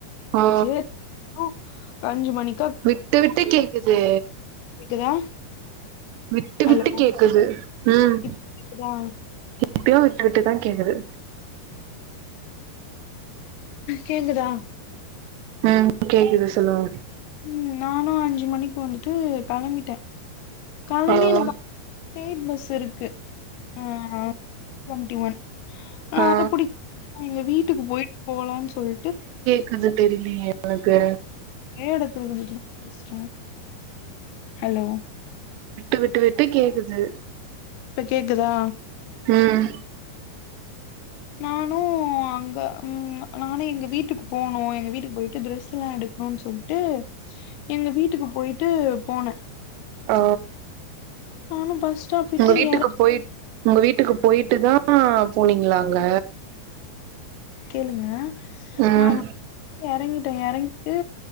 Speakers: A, on the right (about 85°); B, on the left (about 80°).
A: ஆ
B: சேர் <inaudible> அஞ்சு மணிக்
A: விட்டு விட்டு கேக்குது
B: கேக்குதா
A: விட்டு
B: ஹலோ
A: விட்டு கேக்குது ம்
B: இப்ப கேக்குதா
A: இப்பயு விட்டு விட்டுதா கேக்குது
B: கேக்குதா
A: ம் கேக்குது சொல்லுங்க
B: ம் நானு அஞ்சு மணிக்கு வந்துட்டு கிளம்பிட்டே கிளம்பி
A: ஓ
B: எனக் அங்கே ஸ்டேட் பஸ் இருக்கு ஆ ஆ டொண்டி ஒன் அத
A: ஆ
B: பிடிக் <inaudible> எங்க வீட்டுக்கு போய்ட்டு போலா சொல்ட்டு
A: கத தெரிலேயே எனக்கு
B: ஒரே எடத்தல இருந்துட்டு தா பேசுறே ஹலோ
A: விட்டு விட்டு விட்டு கேக்குது
B: இப்ப கேக்குதா
A: ம்
B: நானு ம் அங்க ம் நானே எங்க வீட்டுக்கு போனோ எங்க வீட்டுக்கு போயிட்டு ட்ரெஸ் எல்லா எடுக்கணு சொல்ட்டு எங்க வீட்டுக்கு போய்ட்டு போனே
A: ஆ
B: நானு பஸ் ஸ்டாப் விட்டு
A: உங்க வீட்டுக்கு
B: எற
A: போயிட் உங்க வீட்டுக்கு போயிட்டு தா போனீங்களா அங்க
B: கேளுங்க
A: ம்
B: நா எறங்கிட்ட எறங்கிட்டு